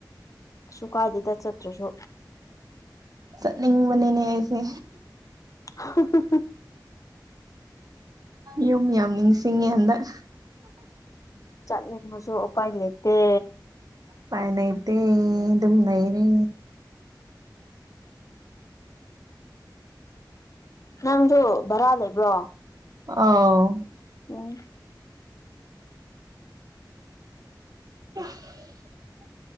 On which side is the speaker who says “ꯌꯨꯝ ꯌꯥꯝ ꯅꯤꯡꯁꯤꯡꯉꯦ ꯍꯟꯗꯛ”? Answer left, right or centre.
Right